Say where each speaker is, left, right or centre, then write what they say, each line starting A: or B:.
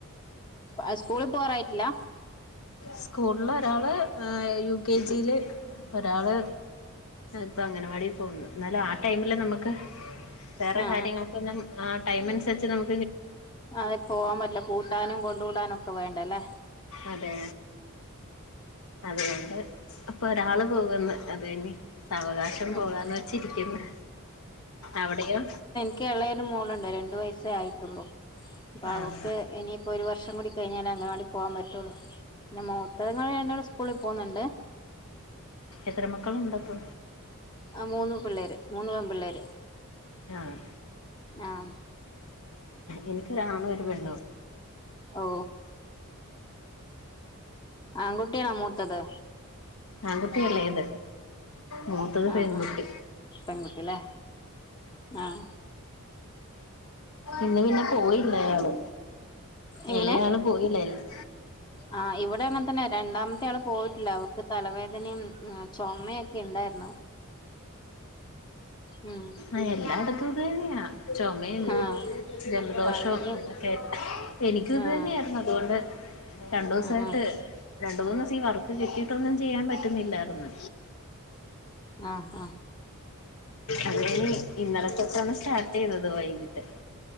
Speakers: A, on the left (about 20°); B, on the left (about 75°).
A: ആഹ് സ്കൂളിൽ പോകാറായിട്ടില്ല
B: സ്കൂളില് ഒരാള് യു കെ ജിയില് ഒരാള് ഇപ്പൊ അങ്ങനെ വാടി പോകുന്നു എന്നാല ടൈംമിൽ നമ്മക്ക് വേറെ
A: ആ
B: കാര്യങ്ങൾക്ക് എല്ലാം ആഹ് ടൈം അനുസരിച് നമ്മ
A: ആഹ് പോവാൻ വല്ല പൂ കാനും കൊണ്ട് വിടാനൊക്കെ വേണ്ടല്ലേ
B: അതെ അതുകൊണ്ട് ഇപ്പൊ ഒരാള് പോകുന്ന് അത് തന്നെ സാവകാശം
A: ആ
B: പോകാന്ന് വെച്ചിരിക്കുന്നു അവിടെയോ
A: ക്കെ എളയരു മോളുണ്ട് രണ്ടു വയസ്സേ ആയിട്ടുള്ളൂ അപ്പൊ
B: ആഹ്
A: അവക്ക് ഇനിയിപ്പോ ഒരു വർഷം കൂടി കഴിഞ്ഞാല അങ്ങവാടി പോവാൻ പറ്റുള്ളു പിന്നെ മോ അതുങ്ങൾ രണ്ടാളും സ്കൂളി പോന്ന്ണ്ട്
B: എത്ര മക്കളും ഉണ്ടപ്പോ
A: ആഹ് മൂന്ന് പിള്ളേര് മൂന്ന് പെൺ പിള്ളേര്
B: ആഹ്
A: ആഹ്
B: എനിക്കൊരാണും ഒരു പെണ്ണും
A: ഓ ആൺകുട്ടിയാ മൂത്തത്
B: ആകുട്ടി എള്ളേത് മൂത്തത്
A: ആഹ്
B: പെൺകുട്ടി
A: ആഹ് പെൺകുട്ടില്ലേ ആഹ്
B: ഇന്ന് പിന്നെ പോയില്ല അയാള്
A: എങ്ങനെ
B: ഇളയാള് പോയില്ലാര്ന്ന്
A: ആഹ് ഇവിടെ അങ്ങനെ തന്നെ രണ്ടാമത്തെ ആള് പോയിട്ടില്ല അവക്ക് തലവേദനയും ച്ചോമക്കെ ഇണ്ടായിരുന്നു ഉം
B: ആഹ് എല്ലായിടത്തും ഇത് തന്നെയാ ച്ചോമയും
A: ആഹ്
B: ജലദോഷം
A: പനിയും
B: ഒക്കെ എനിക്കും ഇത്
A: ആഹ്
B: തന്നെ ആയിരുന്നു അതുകൊണ്ട് രണ്ടു
A: ആഹ്
B: സായിട്ട്
A: ആഹ്
B: രണ്ടു മൂന്ന് ദിവസം ഈ വർക്ക് കിട്ടിട്ടൊന്നും ചെയ്യാ പറ്റുന്നില്ലായിര്ന്ന്
A: ആഹ് ആഹ്
B: അങ്ങന ഇന്നലെതോട്ടാണ് സ്റ്റാർട്ട് ചെയ്തത് വൈകിട്ട്